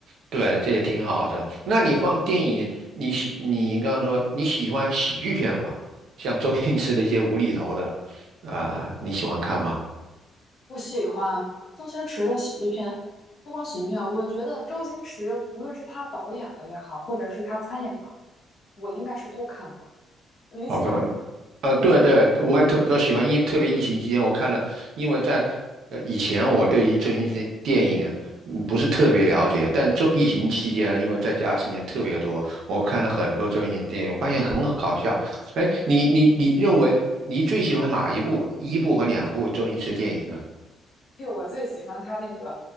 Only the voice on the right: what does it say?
对，这也挺好的。那你放电影，你喜你刚刚说你喜欢喜剧片吗？像周星驰的一些无厘头的，啊、你喜欢看吗？
好多。呃，对对，我也特都喜欢，因特别疫情期间我看了，因为在呃以前我对于星驰电影嗯不是特别了解，但周疫情期间呢，因为在家时间特别多，我看了很多周星驰电影，我发现很搞笑。哎，你你你认为你最喜欢哪一部一部和两部周星驰电影呢？